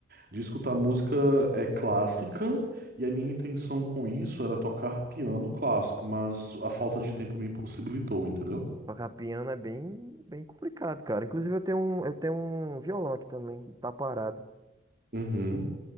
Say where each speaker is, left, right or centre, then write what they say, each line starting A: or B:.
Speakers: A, on the right (about 55°); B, on the right (about 20°).
A: de escutar música é, clássica, e a minha intenção com isso era tocar piano clássico, mas a falta de tempo me impossibilitou, entendeu?
B: Tocar piano é bem, bem complicado, cara. Inclusive, eu tenho um, eu tenho um violão aqui também, tá parado.
A: Uhum.